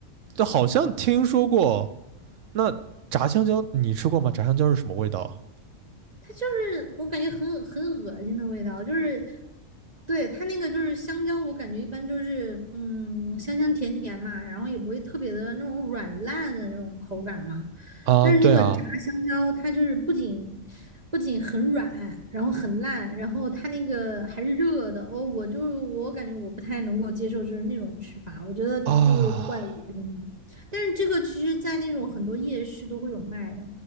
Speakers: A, on the right (about 75°); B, on the right (about 35°).
A: 好像听说过。那炸香蕉你吃过吗？炸香蕉是什么味道
B: 它就是我感觉很恶很恶心的味道，就是对它那个就是香蕉，我感觉一般就是嗯香香甜甜嘛，然后也不会特别的那种软烂的那种口感嘛。
A: 啊？
B: 但是那个炸香蕉，
A: 啊对啊，
B: 它就是不仅不仅很软，然后很烂，然后它那个还是热的。我我就我感觉我不太能够接受就是那种吃法，我觉得就是怪恶心。
A: 啊，
B: 但是这个其实在那种很多夜市都会有卖的。